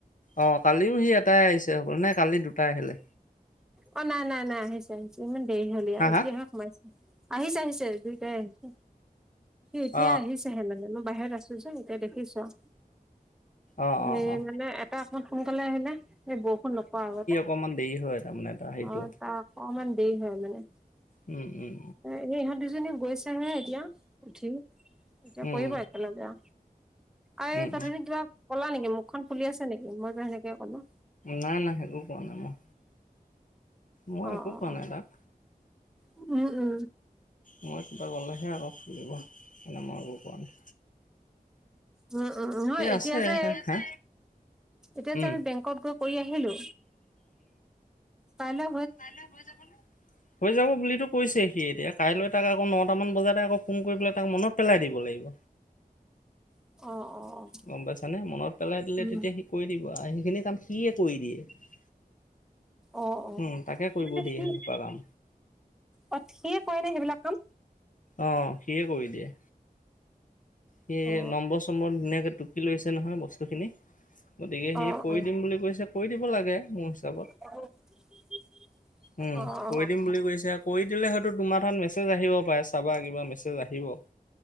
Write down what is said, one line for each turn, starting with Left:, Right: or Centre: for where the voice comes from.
Left: অ, কালিও সি এটাই আহিছে অকল নে কালি দুটাই আহিলে।
Centre: অ, নাই, নাই, নাই, আহিছে, আহিছে। ইমান দেৰি হলি
Left: হা
Centre: আৰু এতিয়াহে
Left: হা
Centre: সোমাইছে আহিছে, আহিছে দুইটাই আহি স, এতিয়া
Left: অ
Centre: আহিছেহে মানে মই বাহিৰত আছো যে এতিয়া দেখিছো আৰু
Left: অ অ অ
Centre: এ,
Left: অ
Centre: মানে এটা অকমান সোনকালে আহিলে এই বৰষুণ নপা আৰু এতে।
Left: অকণমান দেৰি হয় তাৰমানে এটা সেইটো
Centre: অ, তাৰ অকমান দেৰি হয় মানে স
Left: উম উম
Centre: ইহঁত দুজনী গৈছে। এতিয়া উঠি এতিয়া
Left: উম
Centre: কৰিব একেলগে। আৰু
Left: উম উম
Centre: এই তধুনিক কিবা কলা নেকি মুখখন ফুলি আছে নেকি মইতো সেনেকে কলো।
Left: নাই, নাই একো কোৱা নাই মই। মই
Centre: অ
Left: একো
Centre: অ
Left: কোৱা
Centre: অ
Left: নাই তাক।
Centre: উম উম
Left: মই কিবা গ'লেহে অলপ ফ দিব এ মই একো কোৱা নাই।
Centre: উম, উম, হয়, এতিয়া
Left: আছে
Centre: যে
Left: হা
Centre: এতিয়া
Left: উম
Centre: যে আমি বংগত গৈ কৰি আহিলো কইলৈ
Left: কাইলৈ হৈ যাব নে? হৈ যাব বুলিতো কৈছে সি এতিয়া কাইলৈ তাক আকৌ নটামান বজাতে আকৌ ফোন কৰি পেলাই তাক মনত পেলাই দিব লাগিব।
Centre: অ', অ', অ'।
Left: গম পাইছানে মনত পেলাই দিলে
Centre: উম
Left: তেতিয়া সি কৰি দিব আৰু সেইখিনি কাম সিয়ে কৰি দিয়ে।
Centre: অ', অ',
Left: উম তাকে কৰিব
Centre: মানে
Left: দিয়ে
Centre: কি
Left: সেইসোপা কাম
Centre: অ, সিয়ে কৰে ন সেইবিলাক কাম
Left: অ, সিয়ে কৰি দিয়ে। সি
Centre: অ
Left: নম্বৰ, চম্বৰ ধুনীয়াকে টুকি লৈছে নহয় বস্তুখিনি। গতিকে
Centre: অ
Left: সেয়ে
Centre: অ
Left: কৰি দিম বুলি কৈছে কৰি দিব লাগে মোৰ হিচাপে।
Centre: অ'।
Left: উম,
Centre: অ
Left: কৰি
Centre: অ
Left: দিম বুলি কৈছে। কৰি দিলে হয়তো তোমাৰ তাত মেছেজ আহিব পাৰে চাবা কিবা মেছেজ আহিব।